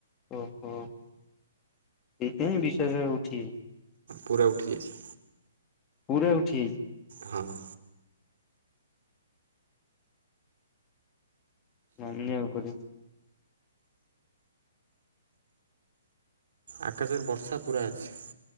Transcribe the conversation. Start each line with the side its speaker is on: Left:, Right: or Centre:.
Left: ଓହୋ। ସେଇଥିପାଇଁ ବିଶ୍ୱାସ ଉଠି
Right: ପୁରା ଉଠିଯାଇଛି।
Left: ପୁରା ଉଠିଯାଇଛି?
Right: ହଁ।
Left: ମାନିଆକୁ ପଡ଼ିବ।
Right: ଆକାଶରେ ବର୍ଷା ପୁରା ଅଛି।